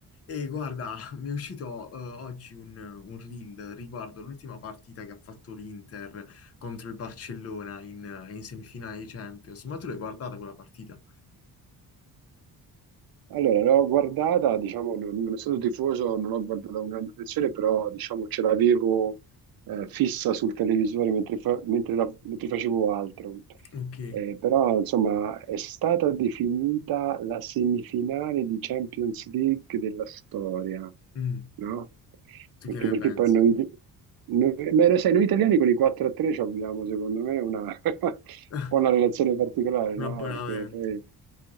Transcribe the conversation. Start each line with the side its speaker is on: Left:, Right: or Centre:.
Left: E guarda, <laughs> mi è uscito eh, oggi un, un reel riguardo l'ultima partita che ha fatto l'Inter contro il Barcellona in, in semifinale di Champions. Ma tu l'hai guardata quella partita?
Right: Allora, l'ho guardata, diciamo, non, non essendo tifoso, non l'ho guardata con grande attenzione, però diciamo ce l'avevo eh, fissa sul televisore mentre, fa- mentre la- mentre facevo altro.
Left: Ok.
Right: Eh, però insomma è stata definita la semifinale di Champions League della storia,
Left: Mm,
Right: no?
Left: tu
Right: Anche
Left: che ne
Right: perché
Left: pensi?
Right: poi noi, noi- beh, lo sai, noi italiani con i 4-3 ci abbiamo secondo me una, <laughs> un
Left: <laughs>
Right: po' una relazione particolare,
Left: Un
Right: no?
Left: abbonamento.
Right: Perché poi